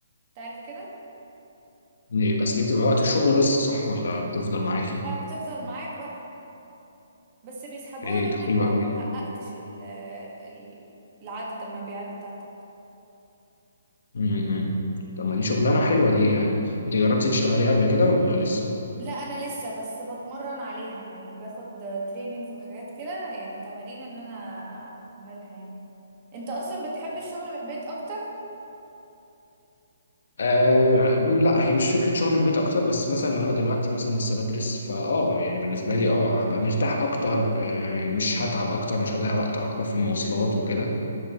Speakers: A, on the right; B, on the left.
A: تعرف كده؟
B: ليه بس دي بتبقى وقت الشغل بس صح ولا بتفضل معاكي؟
A: لا بتفضل معاك بقى بس بيسحبوها
B: إيه
A: منك
B: ده حلو
A: لو
B: أوي
A: ما
B: ده
A: حققتش ال- ال- العدد المبيعات بتاعتك
B: مم، مم. طب ما دي شغلانة حلوة دي يعني أنت جربتي تشتغلي قبل كده ولا لسه؟
A: لا انا لسه بس بتمرن عليها يعني باخد تريننجز وحاجات كده يعني تمارين ان انا اعملها يعني انت اصلا بتحب الشغل من البيت اكتر
B: آه لا هي مش فكره شغل من البيت اكتر بس مثلا لو انا دلوقتي مثلا لسه بدرس فاه يعني بالنسبه لي اه هبقى مرتاح اكتر آه يعني مش هتعب اكتر مش هضيع وقت اكتر في المواصلات وكده